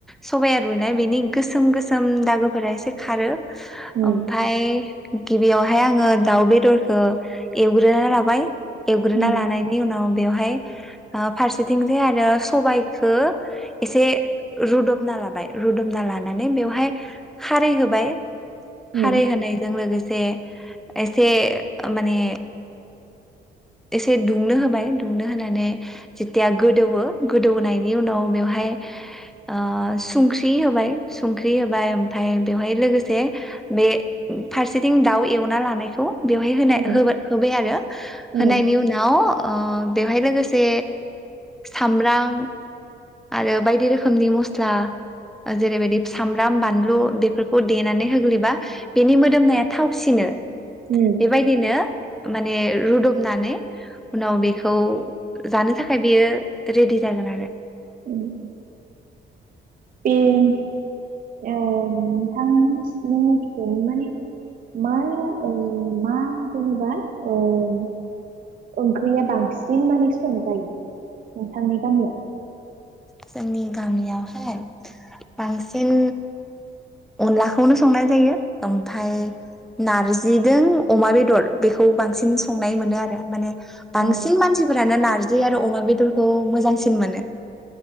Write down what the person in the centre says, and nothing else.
सबाया रुयनाय बेनि गोसोम गोसोम दागोफोरा एसे खारो।
ओमफाय गिबियावहाय आङो दाउ बेदरखौ एवग्रोना लाबाय। एवग्रोना
लानाय नाव बेवहाय ओ फारसेथिंजाय आरो सबाइखो एसे रुदबना लाबाय रुदबना लानानै बेवहाय खारै होबाय
खारै होनायजों लोगोस से एसे ओ माने एसे दुंनो होबाय दुंनो होनानै जेथिया गोदौवो गोदौहोनायनि उनाव बेवहाय ओह संख्रि होबाय संख्रि होबाय ओमफफ्राय बेवहाय लोगोसे बे फारसेथिं दाउ एवना लानायखौ बेवहाय होनाय
होबाय-होबाय आरो।
होनायनि उनाव ओह बेवहाय लोगोसे सामब्रां आरो बायदि रोखोमनि मस्ला जेरैबायदि सामब्राम बानलु बेफोरखौ देनानै होग्लैबा बेनि मोदोमनाया थावसिनो।
बेबायदिनो माने रुदुब नानै उनाव बेखौ जानो थाखाय बेयो रेडि जागोन आरो।
जोंनि गामियाव हाय बांसिन अनलाखौनो संनाय जायो ओमफ्राय नारजिजों अमा बेदर बेखौ बांसिन संनाय मोनो आरो माने बांसिन
मानसिफोरानो नारजि जि आरो अमा बेदरखौ मोजांसिन मोनो।